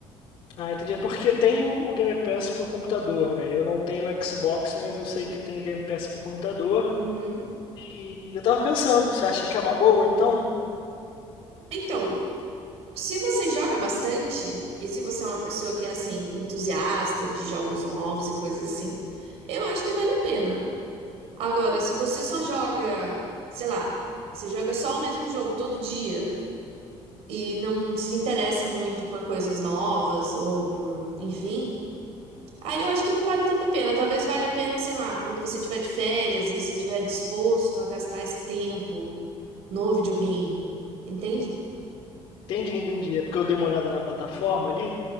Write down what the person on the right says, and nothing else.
Uhum.
Então, se você joga bastante, e se você é uma pessoa que é assim, entusiasta de jogos novos e coisas assim, eu acho que vale a pena. Agora, se você só joga, sei lá, você joga só o mesmo jogo todo dia e não se interessa muito por coisas novas ou por, enfim, aí eu acho que não vale tanta pena. Talvez valha a pena, sei lá, quando você tiver de férias e você tiver disposto a gastar esse tempo no videogame, entende?